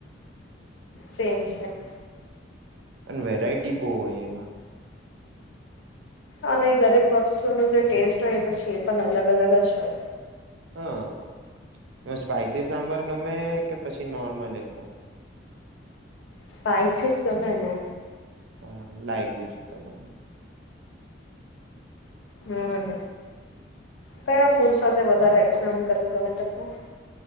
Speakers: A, on the left; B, on the right.
A: સમ છેેમ.
B: અને વેરાયટી બહુ હોય એમાં.
A: અને દરેક વસ્તુનો જે ટેસ્ટ હોય પછી એ પણ અલગ અલગ જ હોય.
B: હા સ્પાઈસી સાંભાર ગમે કે પછી નોર્મલ એકદમ.
A: સ્પાઈસીજ ગમે ને.
B: બરાબર લાગ ગ્યું છે તો મને.
A: હમ કયા ફૂડ સાથે વધારે એક્સપ્ન કરવું ગમે તમને.